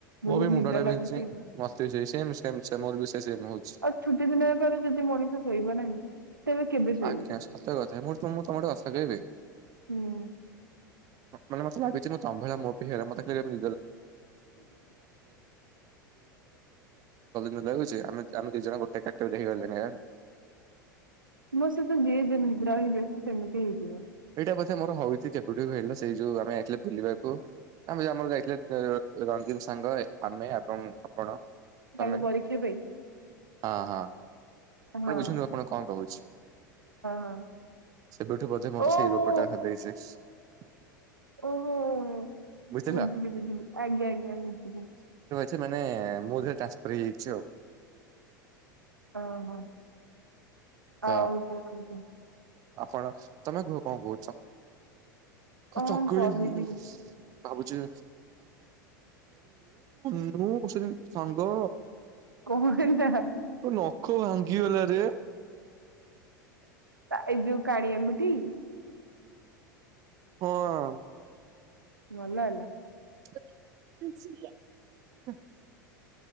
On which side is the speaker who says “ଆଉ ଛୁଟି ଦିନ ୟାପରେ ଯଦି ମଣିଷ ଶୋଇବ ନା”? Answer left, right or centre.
Right